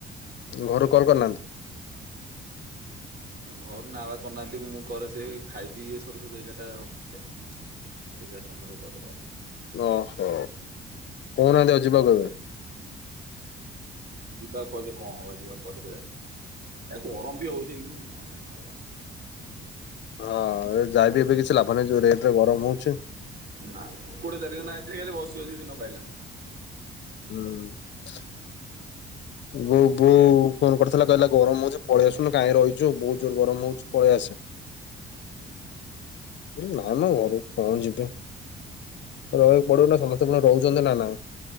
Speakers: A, on the left (about 65°); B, on the right (about 50°).
A: ଘରୁ କଲ୍ କରିନାହାନ୍ତି?
B: ଘରୁ ନାବା କରିନାହାନ୍ତି, ମୁଁ କରେ ସେ ଖାଇ ପିଇ ସରୁ ସରୁ ଏଗାରଟା ହୁଏ। ଏଗାରଟା <unintelligible>
A: ଓହୋ, କହୁନାହାନ୍ତି ଆ ଯିବା କେବେ?
B: ଯିବାକୁ କହିଲେ କଣ ହବ, ଯିବାକୁ କହିଲେ <unintelligible> ଗରମ ବି ହଉଛି <unintelligible>
A: ହଁ ଏ ଯାଇବି ଏବେ କିଛି ଲାଭ ନାହିଁ ଯୋଉ ରେଟ ରେ ଗରମ ହଉଛି।
B: ନା କୋଟେ <unintelligible> ଖାଲି ବସି ବସି ଦିନ ପାଇଲା।
A: ହୁଁ। ବୋଉ ବୋଉ ଫୋନ କରିଥିଲା କହିଲା- ଗରମ ହଉଛି ପଳେଇ ଆସୁନୁ, କାହିଁ ରହିଛୁ? ବହୁତ ଜୋର ଗରମ ହଉଛି, ପଳେଇ ଆସେ।
B: ହୁଁ।
A: ନାଇଁ ମ ଘରକୁ କଣ ଯିବା। ରହିବାକୁ ପଡିବ ନା, ସମସ୍ତେ ପୁଣି ରହୁଛନ୍ତି ନା ନାଇଁ।